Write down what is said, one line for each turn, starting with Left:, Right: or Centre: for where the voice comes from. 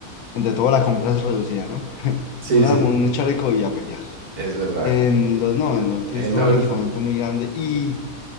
Left: entre todo, la compra es reducida, ¿no?
Right: sí,
Left: Un arma,
Right: sí,
Left: un chaleco y a pelear.
Right: es verdad.
Left: En los, no, en LoL tienes
Right: El
Left: todo
Right: LOL,
Left: un equipamiento muy grande y,